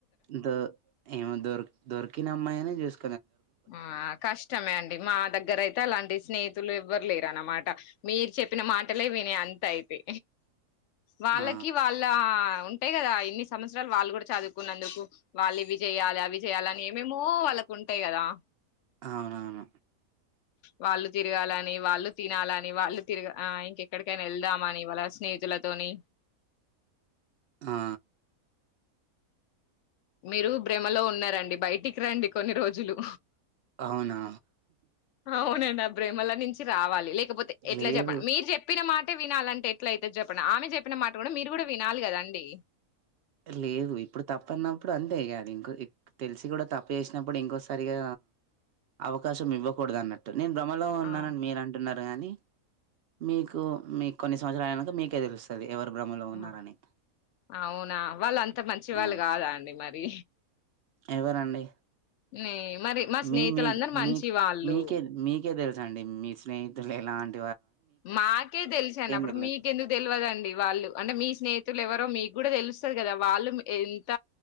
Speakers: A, on the right (about 70°); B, on the left (about 65°).
A: ద ఏమో దొ దొరికిన అమ్మాయిని చేసుకో
B: ఉమ్ ఆ కష్టమే అండి మా దగ్గర అయితే అలాంటి స్నేహితులు ఎవ్వరు లేర అన్నమా ట మీరు చెప్పిన మాటలే విని అంత అయితే వాళ్ళకి
A: ఆ
B: వాళ్ళ అ ఉంటాయి కదా ఇన్ని సంవత్సరాలు వాళ్ళు కూడా చదువుకున్నందుకు వాళ్ళు ఇవి చేయాలి అవి చేయాలిని ఏమేమో వాళ్ళకు ఉంటాయి కదా
A: అవునవును
B: వాళ్ళు తిరగాలని వాళ్ళు తినాలని వాళ్ళు తిరగ ఆ ఇంకెక్కడికైనా వెళ్దామని వాళ స్నేహితులతోని
A: ఆ
B: మీరు భ్రమలో ఉన్నారండి బయటికి రండి కొన్ని రోజులు
A: అవునా
B: అవునండి ఆ బ్రహ్మా లో నుంచి రావాలి లేక్ లేకపోతే ఎట్లా
A: లేదు
B: చెప్పండి మీరు చెప్పిన మాట అంటే వినాలంటే ఎట్ల అయితే చెప్పడం ఆమె చెప్పిన మాట కూడా మీరు కూడా వినాలి కదాండి
A: లేదు ఇప్పుడు తప్పన్నప్పుడు అంతే కాని క్ తెలిసి కూడా తప్పు చేసినప్పుడు ఇంకోసరిగా అవకాశం ఇవ్వకూడదు అన్నట్టు నేను భ్రమలో ఉన్నానని
B: ఆ
A: మీరు అంటున్నారు కాని మీకు మీ కొన్ని సంవత్సరాలు మీకే తెలుస్తది ఎవర్ బ్రమలో ఉన్నారని
B: ఆ! అవునా వాళ్ళు అంత మంచి వాళ్ళు
A: ఆ!
B: కాదా అండి మరి
A: ఎవరండి
B: నే మరి మా
A: మీ
B: స్నేహితులందరు
A: మీ
B: మంచి
A: మీ
B: వాళ్ళు
A: మీకే మీకే తెలుసు అండి మీ స్నేహితులు ఎలా అంటి
B: మాకే తెలిసాను అప్పుడు
A: తెలవదు.
B: మీకెందుకు తెల్వదండీ వాళ్ళు అంటే మీ స్నేహితులు ఎవరో మీకు కూడా తెలుస్తాది కదా వాళ్ళు ఎంత